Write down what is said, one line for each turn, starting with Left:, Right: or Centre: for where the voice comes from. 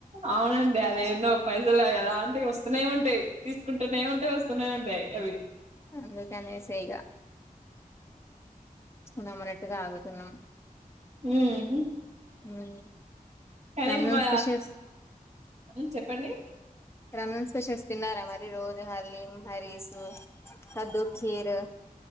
Right: అవునండి అది ఎందో పైసల ఎలా ఎ వస్ వస్తు ఉంటాయి తీసుకుంటునే ఉంటాయి వస్తునే ఉంటాయి అవి
Left: అందుకనేసే ఇక నమనెట్టుగా ఆగుతున్నాం
Right: ఉం
Left: ఉమ్.
Right: కనీ
Left: రంజాన్
Right: మా
Left: స్పెషల్స్
Right: ఉం చెప్పండి
Left: రమణస్పషల్స్ తిన్నారా మరి రోజు హలీం హరీసు కద్దుూ కీర్